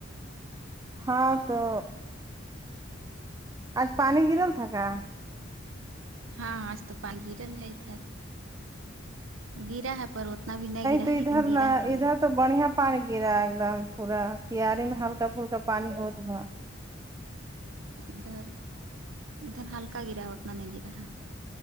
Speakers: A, on the right (about 15°); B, on the right (about 80°).
A: ہاں تو آج پانی گرل تھاکا
B: ہاں آج تو پان گیرل ہے ادھر گرا ہے پر اتنا بھی نہیں گرا
A: تو
B: ہے لیکن
A: ادھر
B: گرا
A: نہ
B: ہے پانی
A: ادھر تو بڑھیا پانی گرا ہے ایک دم پورا کیارے میں ہلکا پھلکا پانی ہوت با
B: ادھر ادھر ہلکا گرا اتنا نہیں گرا